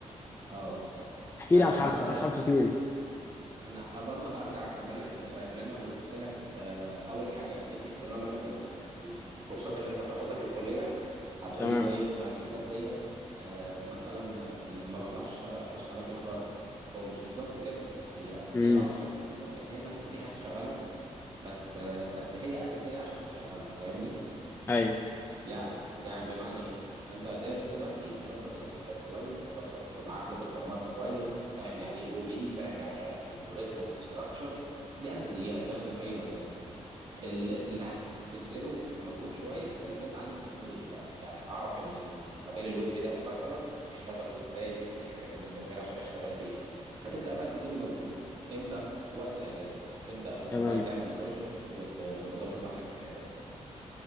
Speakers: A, on the right; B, on the left.
A: اه
B: احكي
A: آه،
B: لي عن خ-
A: ما ده
B: خمس سنين
A: انا برضه هرجع اكمل لك النصايح ان انا قلت لك آه، اول حاجه ادي اهتمامك لل... لل... للكورسات اللي انت بتاخدها في الكليه هتقول
B: تمام
A: لي طيب ما الحاجات ديت آه، مثلا ما بطلعش اشتغل اشتغل بيها بره هو مش بالظبط كده هي هي
B: امم
A: اه مش هتكون كافيه ان هنا ان هي تشغلك بس بس هي اساسيه عشان تشغلك فاهمني
B: أيوه
A: يعني يعني بمعنى ايه انت دارس دلوقتي مظبط الاساسات كويس مظبط معاك لغه برمجه كويس فاهم يعني ايه او بي فاهم يعني ايه الجوريزم وداتا ستراكشر دي اساسيات داخله في اي مجال اللي اللي هتبذله مجهود شويه ان انت تتعلم تكنولوجي بقى يعني اعرف المجال الويب ده مثلا بيشتغل ازاي وايه الحاجات اللي لازمانه عشان اشتغل فيه فتبدا بقى تديله مجهود امتى وقت الاجازه تبدا بقى
B: تمام
A: بقى تعمل بروجكتس وتظبط نفسك في الحته دي